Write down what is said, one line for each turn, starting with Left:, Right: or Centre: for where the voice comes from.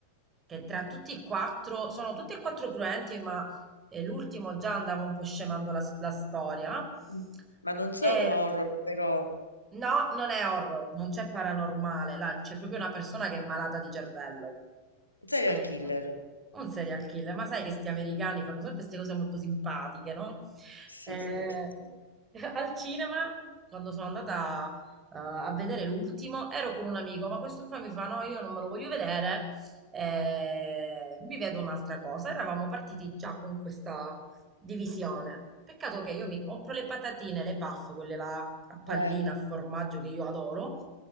Right: che tra tutti e quattro, sono tutti e quattro cruenti, ma eh, l'ultimo già andava un po' scemando la, la storia.
Left: Mh. Ma non sono
Right: Ero-
Left: horror però
Right: No, non è horror, non c'è paranormale, là c'è proprio una persona che è malata di cervello.
Left: serial
Right: Eh,
Left: killer.
Right: un serial killer, ma sai che sti americani fanno sempre queste cose molto simpatiche, no?
Left: Sì,
Right: Eh,
Left: certo.
Right: <laughs> al cinema, quando sono andata eh, a vedere l'ultimo, ero con un amico, ma questo qua mi fa, no, io non me lo voglio vedere, eh, mi vedo un'altra cosa. Eravamo partiti già con questa divisione. Peccato che io mi compro le patatine, le puff, quelle là a pallina,
Left: Eh,
Right: a formaggio che io adoro.